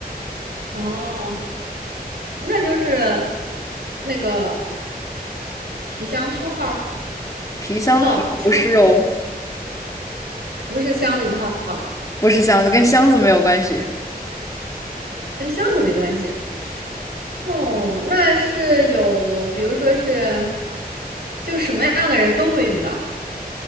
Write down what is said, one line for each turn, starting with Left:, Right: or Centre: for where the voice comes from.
Right: 哦，那就是那个。皮箱套儿
Left: 皮箱套不是哦，
Right: 套箱，不是箱子套，
Left: 不是箱子，跟箱子没有关系。
Right: 跟箱子没关系。哦，那是有，比如说是，就什么样的人都会用到。